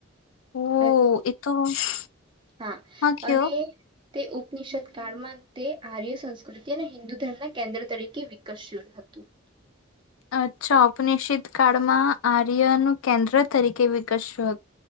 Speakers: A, on the left; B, on the right.
A: ઓ
B: અને
A: એ તો હા
B: હા
A: કયો
B: અને તે ઉપનિષદ કાળમાં તે આર્ય સંસ્કૃતિ અને હિન્દુ ધર્મના કેન્દ્ર તરીકે વિકસ હતું
A: અચ્છા નિષ્સીત કળમાં આર્ય ન કેન્દ્ર તરીકે વિકસ્યું હતું